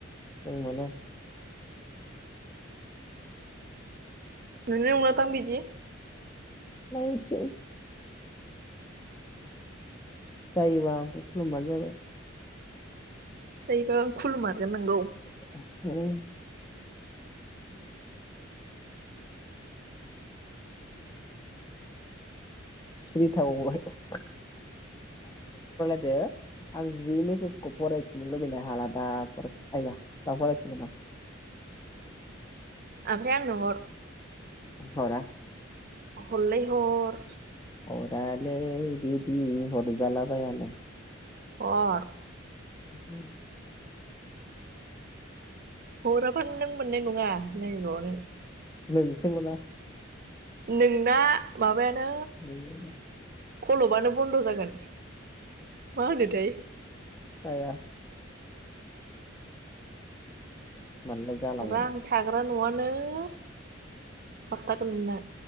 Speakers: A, on the left; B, on the right.
A: जों मोनो
B: मोनाय नङा दां बिदि
A: नायनोसै जायोबा आंखौ खुलुमबानो जाबाय
B: जायोबा आं खुलुमारगोन नोंगौ
A: <unintelligible> स्रि थाबावबाय <unintelligible> दायो आं जि मेसेजखौ फरायथिनो लुबैनो हालादा <unintelligible> दा फरायफिनगोन आं
B: आमफ्राय आंनो हर
A: हरा
B: हरलै हर
A: हरालै बिदि हर जला बायानो
B: हर
A: <unintelligible>
B: हराबानो नों मोननाय नङा। नै न'आवनो
A: नोंसो मोना
B: नोंना माबायानो
A: <unintelligible>
B: खलबानो बन्द' जागोन। मा होनोथाय
A: जाया मानोना जालाङो
B: रां थाग्रा नआनो नो थाबथागोन नोंना